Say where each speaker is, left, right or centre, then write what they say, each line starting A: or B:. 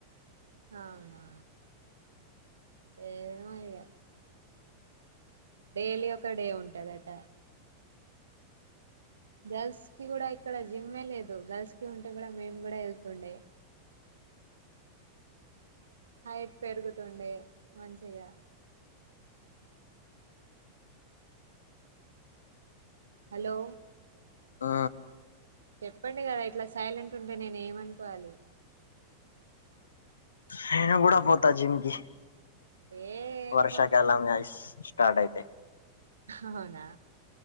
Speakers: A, on the right; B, on the left.
A: అవునా ఏమో ఇగ డైలీ ఒక డే ఉంటదట గర్ల్స్ కి కూడా ఇక్కడ జిమ్ే లేదు గర్ల్స్ కి ఉంటే కూడా మేం కూడా వెళ్తుండే హైట్ పెరుగుతుండే మంచిగా హలో
B: ఆ
A: చెప్పండి కదా ఇట్లా సైలెంట్ ఉంటే నేను ఏమనుకోవాలి
B: నేను కూడా పోతా జిమ్కి
A: ఏ ఏం
B: వర్షాకాల
A: పోతారు
B: మయిస్ స్టార్ట్ అయితే
A: అవునా